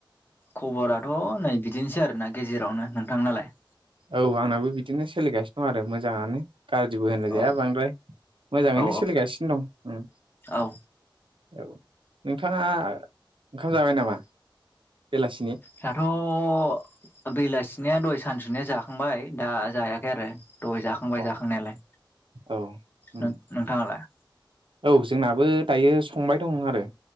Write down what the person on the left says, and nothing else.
खबराथ' नै बिदिनोसै आरोना गेजेरावनो। नोंथांनाालाय?
औ
औ
औ
दाथ' बेलासिनिया दय सानसुनिया जाखांबाय दा जायाखै आरो दय जाखां खांबाय
जाखांनायालाय,
नोंथाङालाय?